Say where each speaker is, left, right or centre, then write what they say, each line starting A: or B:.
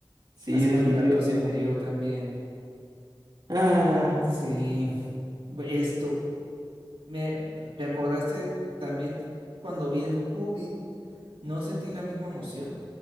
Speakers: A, on the right; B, on the right.
A: Sí,
B: Lástima
A: definitivamente.
B: que el actor se murió también.
A: Ah,
B: Sí, bu- esto. Me, me acordaste también cuando vi El Hobbit, no sentí la misma emoción.